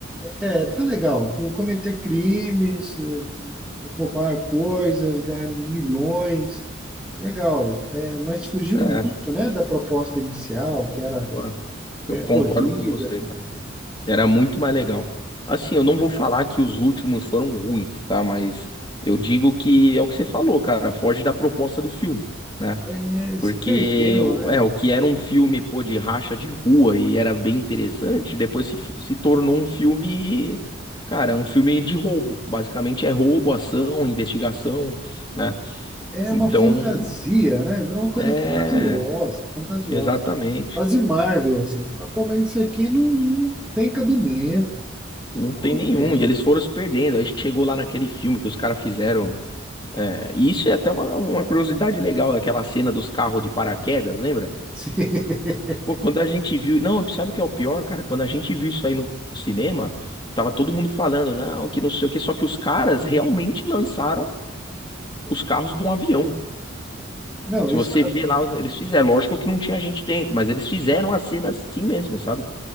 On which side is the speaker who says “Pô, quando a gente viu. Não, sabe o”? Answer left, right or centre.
Left